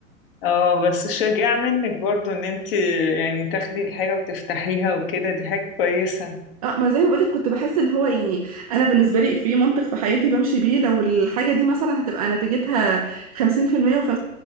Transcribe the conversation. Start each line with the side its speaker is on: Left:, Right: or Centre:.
Left: اه بس شجاع منك برضو ان انتي يعني تاخدي الحاجة وتفتحيها وكده دي حاجة كويسة
Right: اه ما زي ما بقولك كنت بحس اللي هو يعني انا بالنسبه لي في منطق في حياتي بمشي بيه لو الحاجه دي مثلا هتبقى نتيجتها 50%